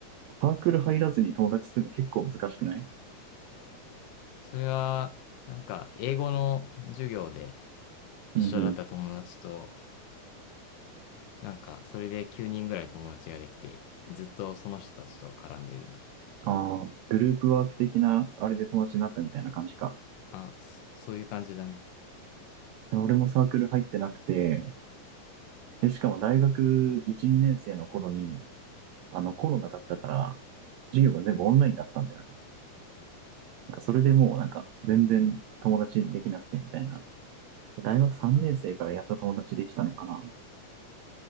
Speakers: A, on the right; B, on the left.
A: サークル入らずに友達作るの結構難しくない
B: それは、なんか、英語の授業で一緒だった友達と、
A: うんうん。
B: なんか、それで9人ぐらい友達ができて、ずっとその人たちと絡んでいるな。
A: ああ、グループワーク的な、あれで友達になったみたいな感じか。
B: あ、そそういう感じだね。
A: で俺もサークル入ってなくて、で、しかも大学1、2年生の頃に、あの、コロナだったから、授業が全部オンラインだったんだよね。なんかそれでもうなんか、全然友達できなくてみたいな。大学3年生からやっと友達できたのかな。
B: あ、